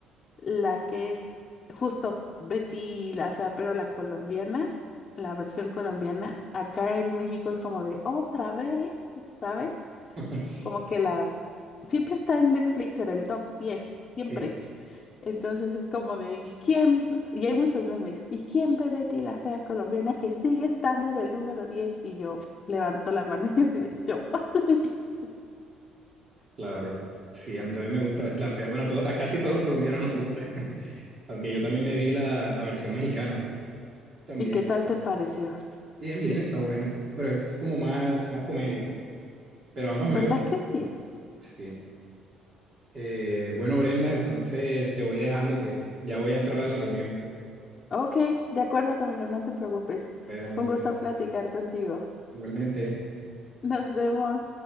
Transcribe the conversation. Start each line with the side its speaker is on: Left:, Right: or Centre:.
Left: la que es justo Betty la Fea, pero la colombiana, la versión colombiana, acá en México es como de otra vez, ¿sabes?
Right: <laughs>
Left: Como que la, siempre está en Netflix en el top 10
Right: sí,
Left: siempre. Entonces es como de, ¿y quién? Y hay muchos memes. ¿Y quién ve Betty la fea colombiana que sigue estando en el número 10? Y yo levanto la mano <laughs> y así de yo. <laughs>
Right: claro. Sí, a mí también me gusta Betty la Fea. Bueno, a, to- a casi todos los colombianos nos gusta, <laughs> aunque yo también me vi la, la versión mexicana también.
Left: ¿Y qué tal te pareció?
Right: Bien, bien, está buena, pero es como más, más comedia, pero ambas
Left: ¿Verdad
Right: me gustan.
Left: que sí?
Right: Sí. Eh, bueno, Brenda, entonces te voy dejando que ya voy a entrar a la reunión,
Left: Ok, de acuerdo, Camilo, no te preocupes.
Right: pero
Left: Fue
Right: nos
Left: un gusto
Right: vemos
Left: platicar contigo.
Right: igualmente.
Left: Nos vemos.